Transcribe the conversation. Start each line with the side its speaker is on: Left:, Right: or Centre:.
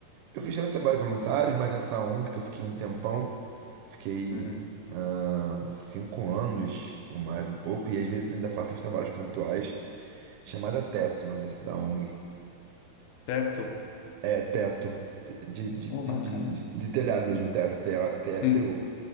Right: Eu fiz tanto trabalho voluntário, mas essa ONG que eu fiquei um tempão, fiquei
Left: Uhum.
Right: ah, cinco anos ou mais um pouco, e às vezes ainda faço uns trabalhos pontuais, chamada Teto, o nome dessa da ONG.
Left: Certo?
Right: É Teto, te- de, de,
Left: Ô,
Right: de,
Left: bacana.
Right: de, de- de telhado mesmo, Teto, T-E-T-O.
Left: Sim,